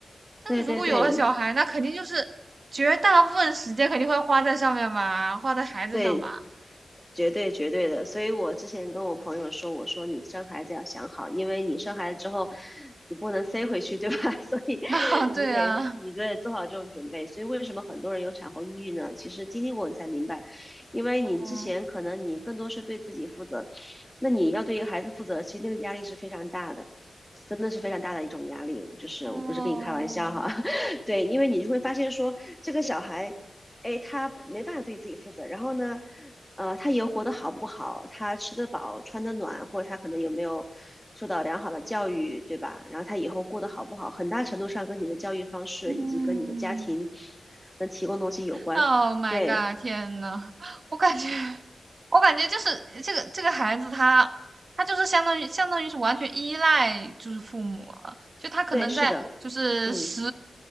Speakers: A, on the right (about 45°); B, in the centre.
A: 但是如果有了小孩，
B: 对对对
A: 那肯定就是绝大部分时间肯定会花在上面吧，花在孩子上吧。
B: 对，绝对绝对的，所以我之前跟我朋友说，我说你生孩子要想好，因为你生孩子之后，你不能塞回去，对吧？<laughs> 所以
A: <laughs> 啊，对呀，
B: 你就得你就得做好这种准备。所以为什么很多人有产后抑郁呢？其实经历过你才明白，因为你之前可能你更多是对自己负责，
A: <laughs>
B: 那你要对一个孩子负责，其实那个压力是非常大的。真的是非常大的一种压力，就是我不是跟你开玩笑哈，
A: 哦。
B: <laughs> 对，因为你就会发现说这个小孩，哎，他没办法对自己负责，然后呢，呃，他以后活得好不好，他吃得饱、穿得暖，或者他可能有没有受到良好的教育，对吧？然后他以后过得好不好，很大程度上跟你的教育方式以及跟你的家庭
A: 嗯
B: 能提供东西有关。
A: ，Oh my
B: 对，
A: god！天呐，我感觉，我感觉就是这个这个孩子他，他就是相当于相当于是完全依赖就是父母了。就他可能在就是十
B: 对，是的，嗯